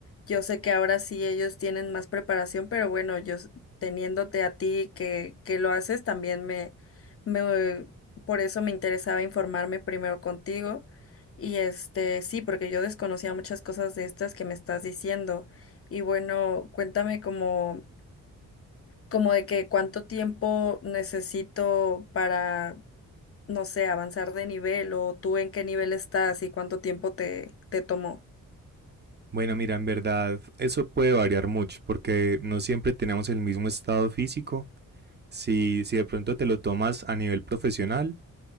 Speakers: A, on the left; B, on the right.
A: yo sé que ahora sí ellos tienen más preparación, pero bueno, yo s- teniéndote a ti que, que lo haces, también me, me, por eso me interesaba informarme primero contigo. Y este, sí, porque yo desconocía muchas cosas de estas que me estás diciendo. Y bueno, cuéntame como, como de que cuánto tiempo necesito para, no sé, avanzar de nivel o tú en qué nivel estás y cuánto tiempo te, te tomó.
B: Bueno, mira, en verdad eso puede variar mucho porque no siempre tenemos el mismo estado físico. Si, si de pronto te lo tomas a nivel profesional,